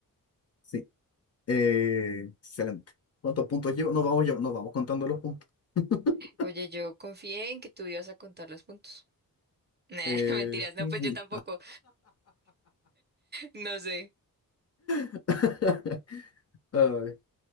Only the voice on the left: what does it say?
sí. Eh, excelente. ¿Cuántos puntos llevo? Nos vamos, llev- nos vamos contando los puntos. <laughs>
Eh,
ujú.
<laughs> Ay,